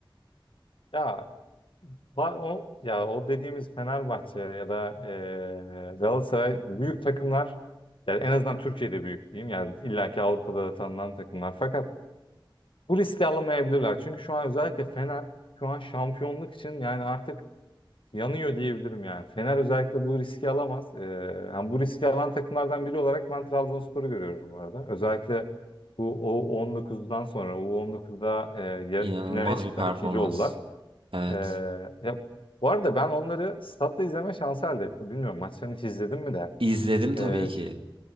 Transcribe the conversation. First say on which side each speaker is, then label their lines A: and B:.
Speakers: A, on the left; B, on the right.
A: Ya Va- O, ya o dediğimiz Fenerbahçe ya da eee, Galatasaray büyük takımlar yani en azından Türkiye'de büyük diyeyim yani illaki Avrupa'da da tanınan takımlar fakat bu riski alamayabilirler. Çünkü şu an özellikle Fener şu an şampiyonluk için yani artık yanıyor diyebilirim yani. Fener özellikle bu riski alamaz. Eee, yani bu riski alan takımlardan biri olarak ben Trabzonspor'u görüyorum bu arada. Özellikle bu U19'dan sonra U19'da eee, ya-
B: İnanılmaz
A: finale çıktılar,
B: bir performans.
A: ikinci oldular.
B: Evet.
A: Ee, ya, bu arada ben onları statta izleme şansı elde ettim. Bilmiyorum maçlarını hiç izledim mi de.
B: İzledim
A: Ee,
B: tabii ki.